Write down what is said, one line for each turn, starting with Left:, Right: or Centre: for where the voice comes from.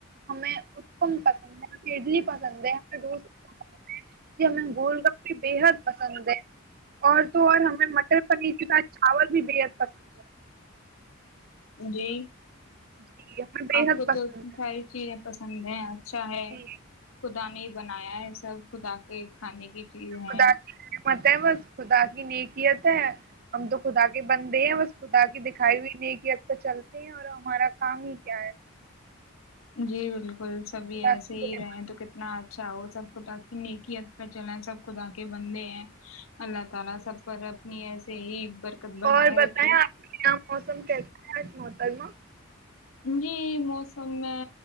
Right: ہمیں کون پکن اڈلی پسند ہے ہمیںست پس ہے ج ہمیں گول گپپے بےحد پسند ہے اور تو اور ہمیں مٹر پنیر کے ساتھ چاول بھی بےحد پسند ہے
Left: جی
Right: جی ہمیں بےحد
Left: آپ کو
Right: پسند
Left: تو ساری
Right: ہے
Left: چیزیں پسند ہ اچھا ہے
Right: جی جی
Left: خدانی بنایا ہے سب خدا کے کھے کی چیز ہے
Right: خدا کی نعمت ہے بس خدا کی نیک ت ہے ہم تو خدا کے بندے ہیں بس تا کہ دکھائی ہوئی نہیں یہ اب تو چلتی ہیں اور ہمارا کام ہی کیا ہے
Left: جی بالکل پل سب بھی
Right: الحمد
Left: ایسے ہی
Right: للہ
Left: رہے ہیں تو کتنا <unintelligible> بنائے
Right: اور بتائیں
Left: رکھے
Right: آپ یہاں موسم کیس ہیں مو قئیم
Left: جی موسم میں